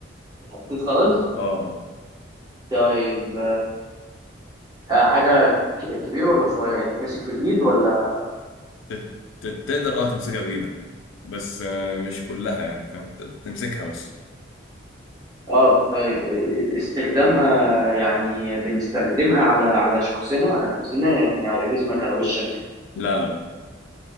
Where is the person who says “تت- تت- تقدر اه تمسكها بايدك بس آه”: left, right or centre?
Left